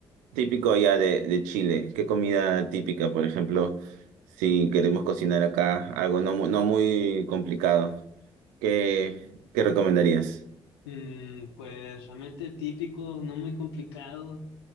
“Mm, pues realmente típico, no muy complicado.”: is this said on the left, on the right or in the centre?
Left